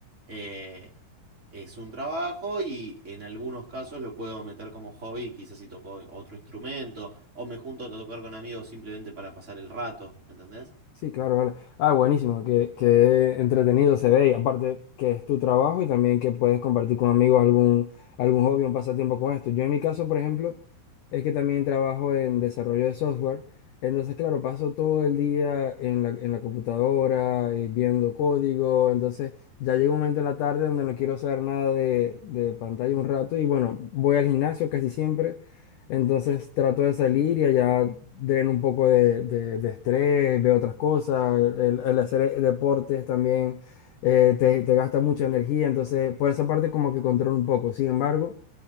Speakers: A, on the right; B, on the left.
A: eh, es un trabajo y en algunos casos lo puedo meter como hobby, quizás si toco otro instrumento, o me junto a tocar con amigos simplemente para pasar el rato, ¿entendés?
B: Sí, claro, vale. Ah, buenísimo, que, que entretenido se ve. Y aparte que es tu trabajo y también que puedes compartir con amigos algún, algún hobby, un pasatiempo con esto. Yo en mi caso, por ejemplo... es que también trabajo en desarrollo de software. Entonces, claro, paso todo el día en la, en la computadora, eh, viendo código. Entonces, ya llega un momento en la tarde donde no quiero saber nada de, de pantalla un rato. Y bueno, voy al gimnasio casi siempre. Entonces, trato de salir y allá dreno un poco de, de- de estrés, veo otras cosas. El, el hacer deportes también eh, te, te gasta mucha energía. Entonces, por esa parte, como que controlo un poco. Sin embargo.